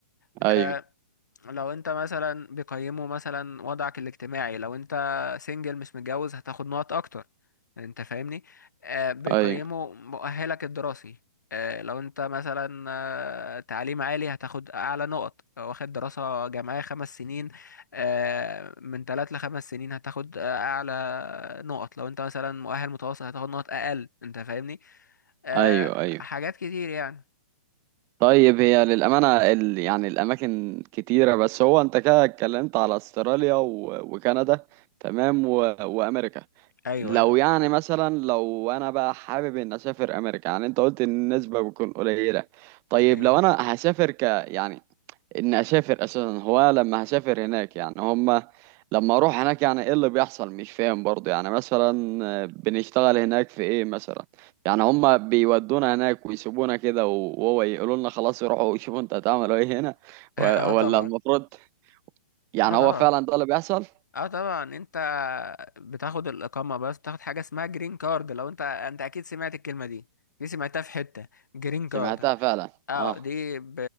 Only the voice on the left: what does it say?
آه،
لو انت مثلا بيقيموا مثلا وضعك الاجتماعي لو انت سنجل مش متجوز هتاخد نقط اكتر انت فاهمني آه بيقيموا
مؤهلك الدراسي آه لو انت مثلا آه تعليم عالي هتاخد اعلى نقط لو واخد دراسة جامعية خمس سنين آه من ثلاث لخمس سنين هتاخد آه اعلى نقط لو انت مثلا مؤهل متوسط هتاخد نقط اقل انت فاهمني آه
حاجات كتير يعني
ايوه
ايوه
ايوه
<laughs> اه
طبعا
اه طبعا
اه طبعا انت بتاخد الاقامه بس تاخد حاجه اسمها جرين كارد لو انت انت اكيد سمعت الكلمه دي دي سمعتها في حته جرين كارد
اه
دي ب-